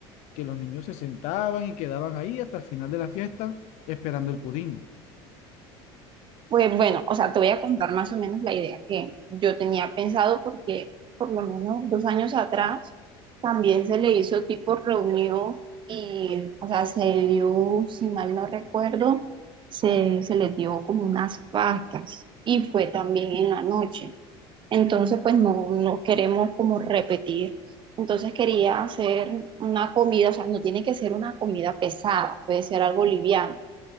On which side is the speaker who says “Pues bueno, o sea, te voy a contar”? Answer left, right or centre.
Right